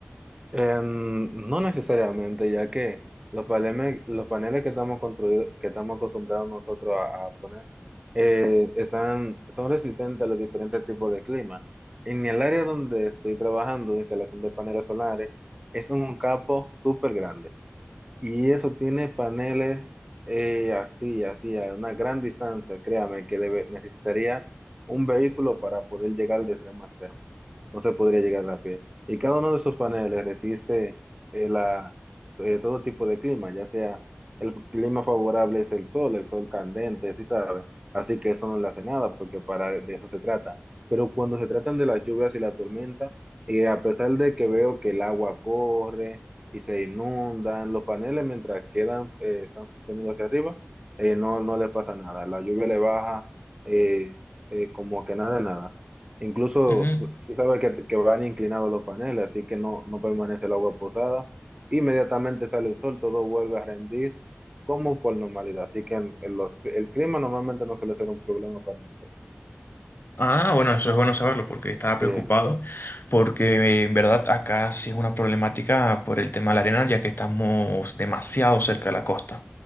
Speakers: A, on the right (about 20°); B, on the left (about 55°).
A: En- no necesariamente, ya que los paneles, los paneles que estamos construidos, que estamos acostumbrados nosotros a, a poner, eh, están, son resistentes a los diferentes tipos de clima. En el área donde estoy trabajando de instalación de paneles solares, es un campo súper grande. Y eso tiene paneles eh, así, así, a una gran distancia, créame, que debe- necesitaría un vehículo para poder llegar de extremo a extremo. No se podría llegar a pie. Y cada uno de esos paneles resiste eh, la, eh, todo tipo de clima, ya sea el clima favorable es el sol, el sol candente, sí sabe. Así que eso no le hace nada, porque para de eso se trata. Pero cuando se tratan de las lluvias y la tormenta, eh, a pesar de que veo que el agua corre, y se inundan. Los paneles, mientras quedan, eh, están sostenidos hacia arriba, eh, no, no les pasa nada. La lluvia le baja eh, eh, como que nada, de nada. Incluso
B: Ujú.
A: s- sí sabe que, que van inclinados los paneles, así que no, no permanece el agua posada. Inmediatamente sale el sol, todo vuelve a rendir como por normalidad. Así que en- en los- el clima normalmente no suele ser un problema para nosotros.
B: Ah, bueno, eso es bueno saberlo porque estaba preocupado,
A: Sí,
B: porque eh, en verdad acá sí es una problemática por el tema de la arena, ya que estamos demasiado cerca de la costa.